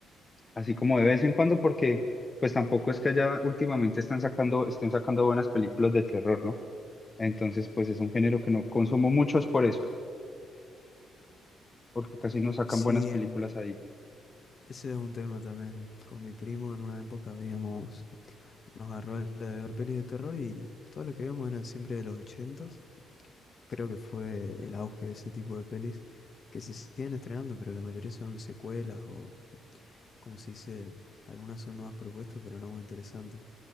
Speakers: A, on the left; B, on the left.
A: así como de vez en cuando, porque pues tampoco es que allá últimamente están sacando, estén sacando buenas películas de terror, ¿no? Entonces, pues es un género que no consumo mucho, es por eso, porque casi no sacan
B: Sí,
A: buenas películas
B: em,
A: ahí.
B: ese es un tema también. Con mi primo en una época veíamos, nos agarró el de ver pelis de terror y todo lo que veíamos eran siempre de los ochentas. Creo que fue el auge de ese tipo de pelis que se siguen estrenando, pero la mayoría son secuelas o, como se dice, algunas son nuevas propuestas, pero no muy interesantes.